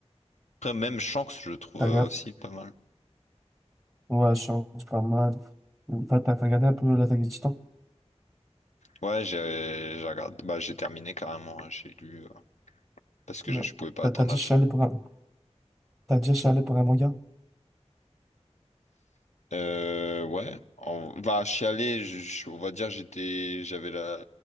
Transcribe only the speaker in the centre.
T'as
regardé?
Ouais, je change pas mal. T'as t'as- t'as regardé un peu l'attaque des Titans?
Non.
T'as
t'as déjà
chialé pour un, t'as déjà chialé pour un manga?